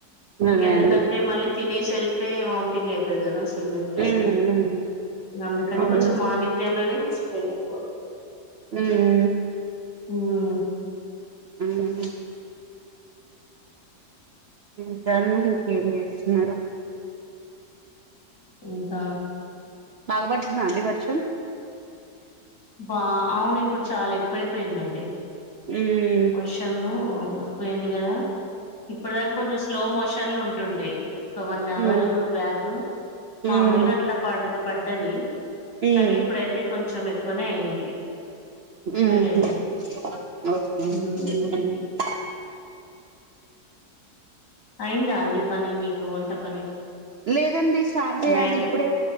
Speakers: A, on the left; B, on the right.
A: ఇంకెందుకంటే
B: అదే అండి.
A: మళ్లీ తినేసి వెళ్తే వామిటింగ్ అయితది గదా, స్విమ్మింగ్ జేస్తే
B: ఉమ్, ఉమ్,
A: ఇంగ అందుకని
B: అవును.
A: కొంచెం మార్నింగ్ టైమ్లనే, తీసుకెళ్లిన ఎక్కువ
B: మ్మ్
A: మ్మ్ ఆ
B: మ్మ్ మ్మ్ ఇంకండి ఇంకేం జేస్తున్నారు
A: ఇక
B: బాగాపడుతుందా అండి వర్షం
A: బా అవును ఇప్పుడు చాలా ఎక్కువైపోయిందండి
B: మ్మ్
A: వర్షము ఎక్కువయింది కదా ఇప్పుడు దాకా కొంచెం స్లో మోషన్లు ఉంటుండే ఒక వన్ అవర్
B: ఉమ్,
A: బ్యాక్ మామూలుగా
B: ఉమ్,
A: అట్ల పడ్డది పడ్డది
B: ఉమ్,
A: కానీ ఇప్పుడైతే కొంచెం ఎక్కువనే అయింది స్పీడ్
B: ఉమ్,
A: అయింది
B: <inaudible>
A: ఉమ్. అయిందా అండి పని మీకు వంట పని
B: లేదండి స్టార్ట్ చేయాలి
A: నైట్
B: ఇప్పుడే